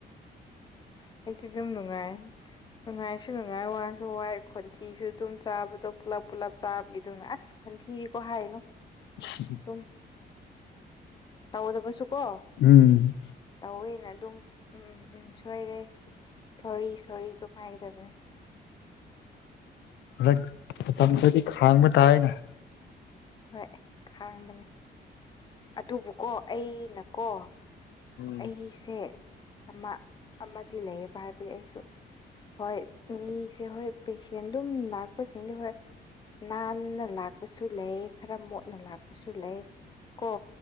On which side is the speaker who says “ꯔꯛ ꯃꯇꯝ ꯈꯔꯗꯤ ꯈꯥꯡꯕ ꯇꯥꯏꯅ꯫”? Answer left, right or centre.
Left